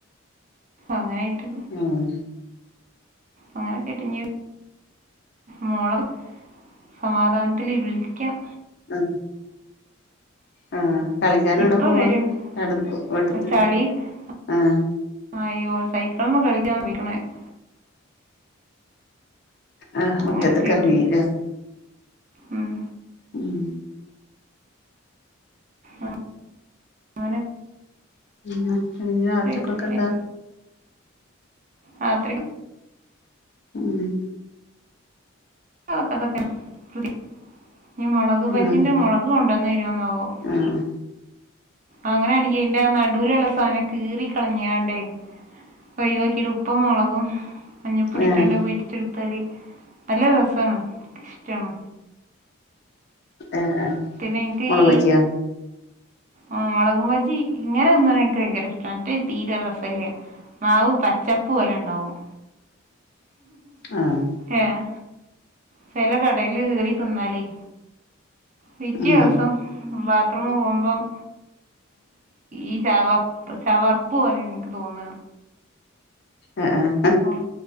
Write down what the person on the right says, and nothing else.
അങ്ങനെയീട്ട്
അങ്ങനെ കേട്ട് ഞു മോള് സമാധാനത്തില് വിളിക്കാം.
ഇപ്പൊ
വരും
ഇപ്പൊ ചളി
<unintelligible>
അങ്ങനൊക്കെ ആയിട്ട്
ഉം
ആഹ് അങ്ങനെ
<unintelligible>
രാത്രി
അതൊക്കെ അതൊക്ക <unintelligible> ഇനി മൊളക്
ബജീന്റെ മൊളക് കൊണ്ടുവന്ന് തരൂ ന്നോ ആവോ
അങ്ങനെയാണങ്കി അതിന്റെ ആ നടൂലുള്ള സാനം കീറി കളിഞ്ഞാണ്ടേ ഒഴിവാക്കി ഇപ്പും മൊളകും മഞ്ഞപ്പൊടി
ഇട്ടണ്ട് പോരി ചെക്ത്തരി നല്ല രസാണ് ക്ക് ഇഷ്ടാണ്.
പിന്നെ ഇൻക്ക്
ഈ
ആഹ് മൊളക് ബജി ഇങ്ങനെ തിന്ന എനിക്ക് ഭയങ്കര ഇഷ്ടാണ് മറ്റേ തീരെ റസല്ല്യ മാവ് പച്ചപ്പ് പോലെ ഉണ്ടാവും
ഏഹ് ചെല കടേല് കേറി തിന്നാലേ മിക്ക
ദിവസം ബാത്ത്റൂമ് പോവുമ്പം ഈ ചവപ്പ് ചവർപ്പ് പോലെയാണ് എനിക്ക് തോന്ന
ഉമ്